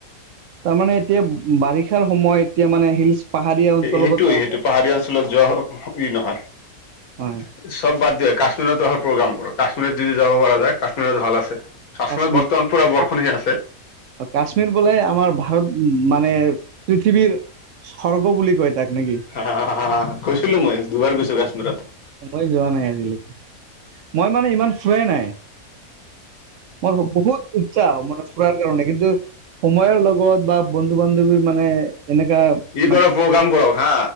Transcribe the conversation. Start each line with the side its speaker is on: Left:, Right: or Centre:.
Right: তাৰমানে এতিয়া বাৰিষাৰ সময়, এতিয়া মানে হিলচ পাহাৰীয়া অঞ্চলত
Left: সেইটোৱে-সেইটো
Right: যাওঁতে
Left: পাহাৰীয়া অঞ্চলত যোৱা ই নহয়।
Right: হয়
Left: চব বাদ দিয়ক, কাশ্মীৰত অহাৰ প্ৰগ্ৰাম কৰক, কাশ্মীৰত যদি যাব পৰা যায় কাশ্মীৰত ভাল আছে। কাশ্মীৰত
Right: কাশ্মীৰ-কাশ্মীৰ
Left: বৰ্তমান পুৰা বৰষুণ হৈ আছে
Right: বোলে আমাৰ ভাৰত উম, মানে পৃথিৱীৰ স্বৰ্গ বুলি কয়। তাক নেকি
Left: হা-হা, গৈছিলো মই, দুবাৰ গৈছো কাশ্মীৰত।
Right: মই যোৱা নাই আজিলৈকে। মই মানে ইমান ফুৰাই নাই। মোৰ বহুত ইচ্ছা মানে ফুৰাৰ কাৰণে, কিন্তু সময়ৰ লগত বা বন্ধু-বান্ধৱী মানে এনেকা
Left: ই
Right: মানে
Left: কৰ প্ৰগ্ৰাম কৰক হা,